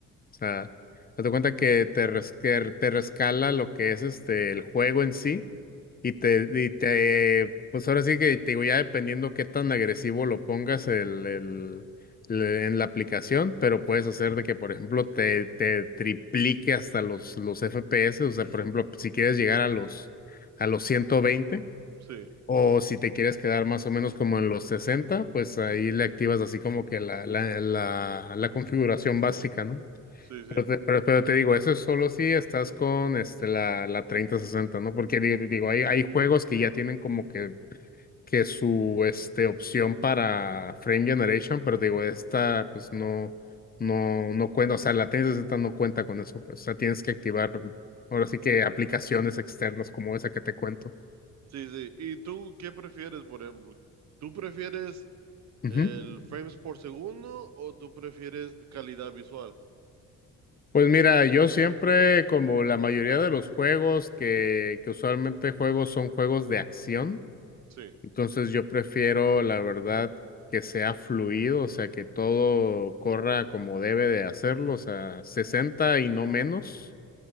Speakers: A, on the left; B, on the right.
A: O sea, date cuenta que te, res- que te rescala lo que es este el juego en sí y te, y te pues ahora sí que te digo, ya dependiendo qué tan agresivo lo pongas el, el- le- en la aplicación, pero puedes hacer de que, por ejemplo, te, te triplique hasta los, los FPS. O sea, por ejemplo, si quieres llegar a los a los 120
B: sí,
A: o si te quieres quedar más o menos como en los sesenta pues ahí le activas así como que la, la, la, la configuración básica, ¿no?
B: sí, sí,
A: Pero te, pero, pero te digo, eso es solo si estás con este, la, la treinta sesenta ¿no? Porque di- digo, hay, hay juegos que ya tienen como que, que su este, opción para frame generation, pero te digo, esta pues no, no, no cuenta, o sea, la treinta sesenta no cuenta con eso, pues, o sea, tienes que activar ahora sí que aplicaciones externas como esa que te cuento.
B: sí, sí. ¿Y tú qué prefieres, por ejemplo? ¿Tú prefieres
A: Ujú.
B: el frames por segundo o tú prefieres calidad visual?
A: Pues mira, yo siempre, como la mayoría de los juegos que, que usualmente juego son juegos de acción.
B: Sí.
A: Entonces yo prefiero, la verdad, que sea fluido, o sea, que todo corra como debe de hacerlo, o sea, 60 y no menos.